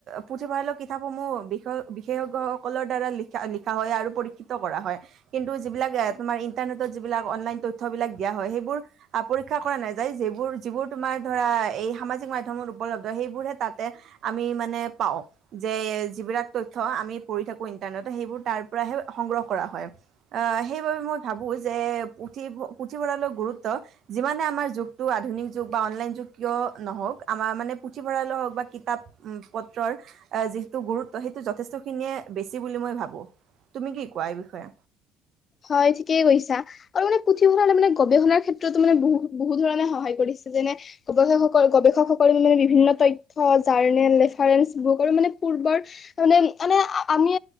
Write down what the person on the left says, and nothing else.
হয় ঠিকেই কৈছা আৰু মানে পুথিভঁৰালে মানে গৱেষণাৰ ক্ষেত্ৰতো মানে বহু বহু ধৰণে সহায় কৰিছে যেনে গৱেষক সকল গৱেষক সকলে মানে বিভিন্ন তথ্য জাৰ্নেল ৰেফাৰেঞ্চ বুক আৰু মানে ফুৰ্বৰ মানে মানে আমি